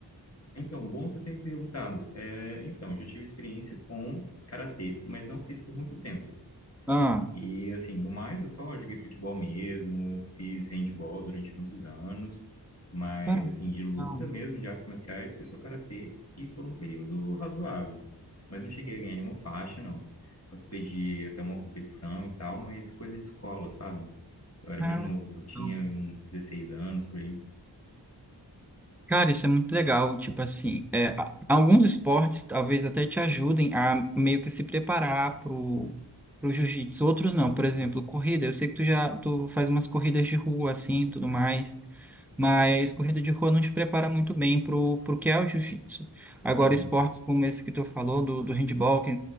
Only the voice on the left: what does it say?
Ah, Então, bom você ter me perguntado. É, então, já tive experiência com karatê, mas não fiz por muito tempo.
E assim, no mais, eu só joguei futebol mesmo, fiz handball durante muitos anos, mas
assim, de luta
mesmo, de artes marciais, foi só karatê e por um período razoável. Mas não cheguei a ganhar nenhuma faixa, não. Participei de até uma competição e tal, mas coisa de escola, sabe? Eu era
bem novo, eu tinha
uns 16 anos por aí.
Uhum.